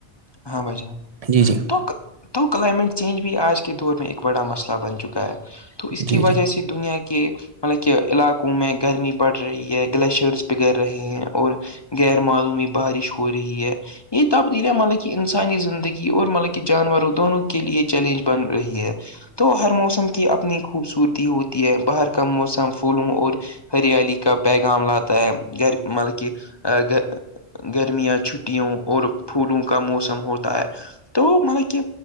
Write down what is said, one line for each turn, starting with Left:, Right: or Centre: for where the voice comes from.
Left: ہاں بھائیان
Right: جی جی
Left: تو تو کلائمیٹ چینج بھی آج کے دور میں ایک بڑا مسئلہ بن چکا ہے تو اس کی
Right: جی جی
Left: وجہ سے دنیا کی مطلب کہ علاقوں میں گرمی بڑھ رہی ہے گلیشئرس بگڑ رہے ہیں اور غیر معلومی بارش ہو رہی ہے یہ تبدیلیاں ملک کہ انسانی زندگی اور مطلب کہ جانوروں دونوں کے لیے چیلنج بن رہی ہے تو ہر موسم کی اپنی خوبصورتی ہوتی ہے باہر کا موسم پولوں اور ہریالی کا پیغام لاتا ہے گھر مطلب کہ گ گرمیاں چھٹیوں اور پھولوں کا موسم ہوتا ہے تو مطلب کہ